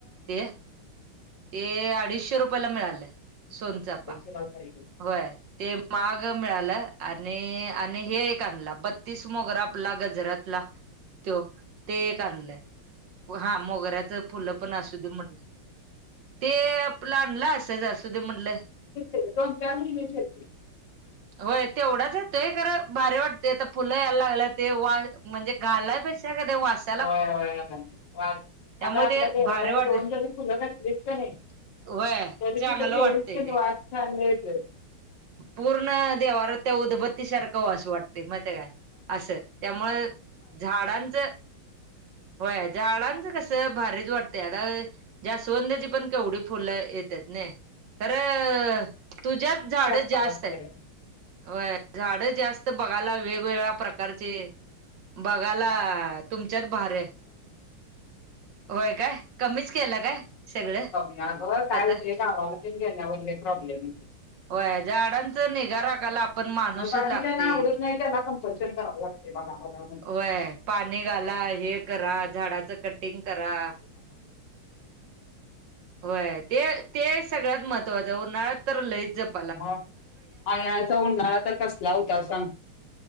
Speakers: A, on the right (about 60°); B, on the left (about 60°).
A: ते ते अडीचशे रुपयाला मिळालं सोनचापा.
B: <unintelligible>
A: होय ते महाग मिळालं आण णि आणि हे एक आणला बत्तीस मोगरा आपला गजऱ्यातला त्यो ते एक आणलं हा मोगऱ्याच फुलं पण असु दे म्हटलं ते आपल आणलं असंच असू दे म्हटलं
B: त्याला दोन चार महिने जातील.
A: होय तेवढाच येतोय खरं भारी वाटतय आता फुलं यायला लागल्या ते वा म्हणजे घालाय पे ते काय ते वास
B: होय वास
A: त्यामुळे
B: आता आपल्या
A: ते
B: देवला
A: भारी
B: ही
A: वाट
B: दोन जरी फुलं घातलीत क नी.
A: वय
B: तरी
A: चांगलं
B: की गेलीस
A: वाटतंय
B: तर
A: ते
B: वास छान येतोय.
A: पूर्ण देवाऱ्यात त्या उदबत्तीसारखं वास वाटतय माहितीये काय असं, त्यामुळ झाडांचं. व्हय झाडांच कस भारीच वाटते आता, जास्वंदची पण. तेवढ फुल येत्यात न, खरं तुझ्याच झाडं
B: अत
A: जास्त आहेत
B: <unintelligible>
A: व्हय झाडं जास्त बघायला, वेगवेगळ्या प्रकारचे बघायला तुमच्यात भारे. व्हय काय, कमीच केलं काय? सगळं
B: मम्मी अग शाळेत
A: आता
B: <unintelligible> गावावर गेल्यावर लई प्रॉब्लेम य
A: व्हय झाडांचं निगा राखायला आपण माणूसच
B: मग बाकीच्याना
A: लागतोय
B: आवडत
A: एक
B: नाही त्याना कम्पलशन करावं लागत गावामध्ये <unintelligible>
A: व्हय पाणी घाला, हे करा झाडाचं कटिंग करा. व्हय ते, ते सगळ्यात महत्त्वाचं उन्हाळ्यात तर लईच जप
B: मग आणि याचा उन्हाळा तर कसला होता सांग